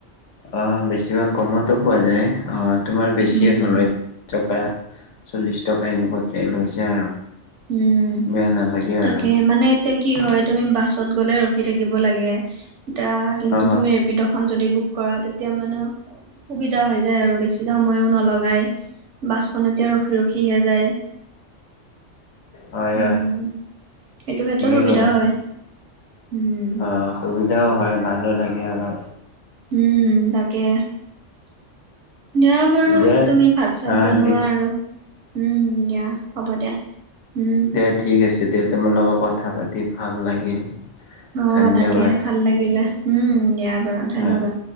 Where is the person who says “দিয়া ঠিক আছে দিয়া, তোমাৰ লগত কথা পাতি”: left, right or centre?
Left